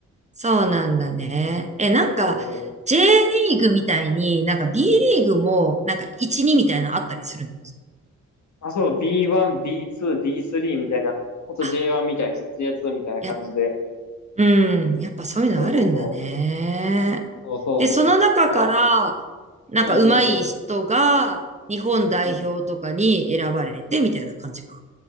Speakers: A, on the right; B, on the left.
A: そうなんだね。え、なんか、
B: そうそうそう。
A: J リーグみたいに、なんか B リーグも、なんか1、2みたいなのあったりするの
B: あ、そう、B1、B2、B3 みたいな、ほんと
A: あ、
B: J1 みたいな、J2 みたいな感じで、
A: やっうん。やっぱそういうのあるんだね。
B: そうそうそう。そうそうそう。
A: で、その中から、
B: だから、
A: なんか上手い人が日本代表とかに選ばれてみたいな感じか。
B: うんうんうん。うん。